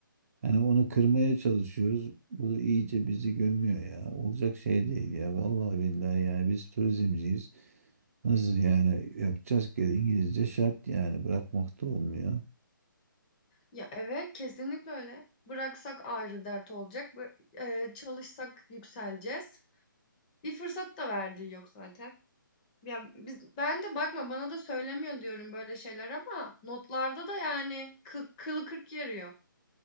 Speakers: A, on the right; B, on the left.
A: Hani onu kırmaya çalışıyoruz. Bu iyice bizi gömüyor ya. Olacak şey değil ya. Vallahi billahi yani biz turizmciyiz. Nasıl yani yapacağız ki İngilizce şart yani bırakmak da olmuyor.
B: Ya evet, kesinlikle öyle. Bıraksak ayrı dert olacak. Bı- e, çalışsak yükseleceğiz. Bir fırsat da verdiği yok zaten. Ya biz, ben de bakma bana da söylemiyor diyorum böyle şeyler ama notlarda da yani kı, kılı kırk yarıyor.